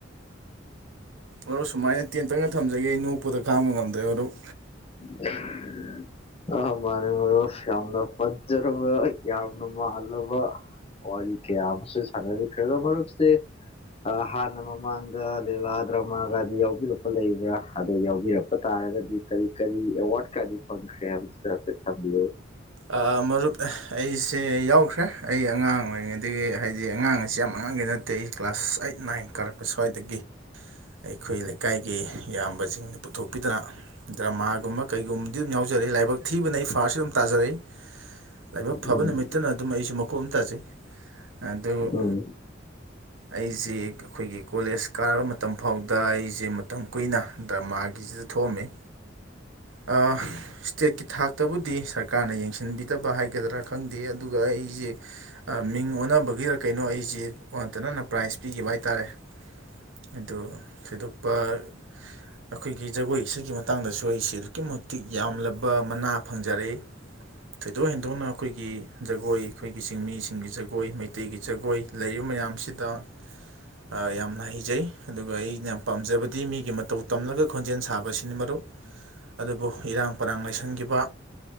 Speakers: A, on the right (about 85°); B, on the left (about 30°).
A: ꯑꯣ ꯁꯨꯃꯥꯏꯅ ꯇꯦꯟꯇꯛꯅ ꯊꯝꯖꯒꯦ ꯑꯩ ꯅꯣꯛꯄꯗ ꯈꯥꯡꯕ ꯉꯝꯗ꯭ꯔꯦ ꯃꯔꯨꯞ
B: <unintelligible> ꯑ ꯃꯥꯅꯦ ꯃꯔꯣꯞ ꯌꯥꯝꯅ ꯐꯠꯖꯔꯕ ꯌꯥꯝꯅ ꯃꯥꯜꯂꯕ ꯋꯥꯔꯤ ꯀꯦꯌꯥꯃꯁꯨ ꯁꯥꯟꯅꯕꯤꯈ꯭ꯔꯦ ꯗꯣ ꯃꯔꯨꯞꯁꯦ ꯑ ꯍꯥꯟꯅ ꯃꯃꯥꯡꯗ ꯂꯤꯂꯥ ꯗ꯭ꯔꯥꯃꯒꯗꯤ ꯌꯥꯎꯕꯤꯔꯛ ꯄ ꯂꯩꯕ꯭ꯔꯥ ꯑꯗꯣ ꯌꯥꯎꯕꯤꯔꯛꯄ ꯇꯥꯔꯒꯗꯤ ꯀꯔꯤ ꯀꯔꯤ ꯑꯦꯋꯥꯔꯠ ꯀꯗꯤ ꯐꯪꯈ꯭ꯔꯦ ꯍꯥꯏꯕ ꯁꯨ ꯍꯥꯏꯐꯦꯠ ꯊꯝꯕꯤꯌꯨ
A: ꯑꯥ ꯃꯔꯨꯞ ꯑꯩꯁꯦ ꯌꯥꯎꯈ꯭ꯔꯦ ꯑꯩ ꯑꯉꯥꯡ ꯑꯣꯏꯔꯤꯉꯩꯗꯒꯤ ꯍꯥꯏꯗꯤ ꯑꯉꯥꯡ ꯑꯁꯤ ꯌꯥꯝ ꯑꯉꯥꯡꯗꯤ ꯅꯠ ꯇꯦ ꯑꯩ ꯀ꯭ꯂꯥꯁ ꯑꯩꯠ ꯅꯥꯏꯟ ꯀꯔꯛ ꯄ ꯁ꯭ꯋꯥꯏꯗꯒꯤ ꯑꯩꯈꯣꯏ ꯂꯩꯀꯥꯏꯒꯤ ꯏꯌꯥꯝꯕꯖꯤꯡꯅ ꯄꯨꯊꯣꯛꯄꯤꯗꯅ ꯗ꯭ꯔꯃꯥꯒꯨꯝꯕ ꯀꯩꯒꯨꯝꯕꯗꯤ ꯑꯗꯨꯝ ꯌꯥꯎꯖꯔꯛꯑꯦ ꯂꯥꯏꯕꯛ ꯊꯤꯕꯅ ꯑꯩ ꯐꯥꯔꯁꯁꯦ ꯑꯗꯨꯝ ꯇꯥꯖꯔꯛꯏ ꯂꯥꯏꯕꯛ ꯐꯕ
B: ꯎꯝ
A: ꯅꯨꯃꯤꯠꯇꯅ ꯑꯗꯨꯝ ꯑꯩꯁꯨ ꯃꯀꯣꯛ ꯑꯗꯨꯝ ꯇꯥꯖꯩ ꯑꯗꯨ
B: ꯎꯝ
A: ꯑꯩꯖꯦ ꯑꯈꯣꯏꯒꯤ ꯀꯣꯂꯦꯖ ꯀꯥꯔꯕ ꯃꯇꯝ ꯐꯥꯎꯗ ꯑꯩꯖꯦ ꯃꯇꯝ ꯀꯨꯏꯅ ꯗ꯭ꯔꯃꯥꯒꯤꯖꯤꯗ ꯊꯣꯛꯑꯝꯃꯦ ꯑꯥ ꯏꯁꯇꯦꯠꯀꯤ ꯊꯥꯛꯇꯕꯨꯗꯤ ꯁꯔꯀꯥꯔꯅ ꯌꯦꯡ ꯌꯦꯡꯁꯤꯟꯕꯤꯗꯕ ꯍꯥꯏꯒꯗ꯭ꯔꯥ ꯈꯪꯗꯦ ꯑꯗꯨꯒ ꯑꯩꯖꯦ ꯑꯥ ꯃꯤꯡ ꯑꯣꯟꯅꯕꯒꯤꯔ ꯀꯩꯅꯣ ꯑꯩꯖꯦ ꯑꯣꯟꯅ ꯇꯩꯅꯅ ꯄ꯭ꯔꯥꯏꯖ ꯄꯤꯒꯤꯕ ꯍꯥꯏꯇꯥꯔꯦ ꯑꯗꯨ ꯊꯣꯏꯗꯣꯛꯄ ꯑꯩꯈꯣꯏꯒꯤ ꯖꯒꯣꯏ ꯏꯁꯩꯒꯤ ꯃꯇꯥꯡꯗꯁꯨ ꯑꯩꯁꯦ ꯑꯗꯨꯛꯀꯤ ꯃꯇꯤꯛ ꯌꯥꯝꯂꯕ ꯃꯅꯥ ꯐꯪꯖꯔꯛꯏ ꯊꯣꯏꯗꯣꯛ ꯍꯦꯟꯗꯣꯛꯅ ꯑꯈꯣꯏꯒꯤ ꯖꯒꯣꯏ ꯑꯈꯣꯏꯒꯤ ꯆꯤꯡꯃꯤꯁꯤꯡꯒꯤ ꯖꯒꯣꯏ ꯃꯩꯇꯩꯒꯤ ꯖꯒꯣꯏ ꯂꯩꯔꯤꯕ ꯃꯌꯥꯝꯁꯤꯗ ꯑꯥ ꯌꯥꯝꯅ ꯍꯩꯖꯩ ꯑꯗꯨꯒ ꯑꯩꯅ ꯌꯥꯝ ꯄꯥꯝꯖꯕꯗꯤ ꯃꯤꯒꯤ ꯃꯇꯧ ꯇꯝꯂꯒ ꯈꯣꯟꯖꯦꯜ ꯁꯥꯕꯁꯤꯅꯤ ꯃꯔꯨꯞ ꯑꯗꯨꯕꯨ ꯏꯔꯥꯡ ꯄꯔꯥꯡ ꯂꯩꯁꯟꯈꯤꯕ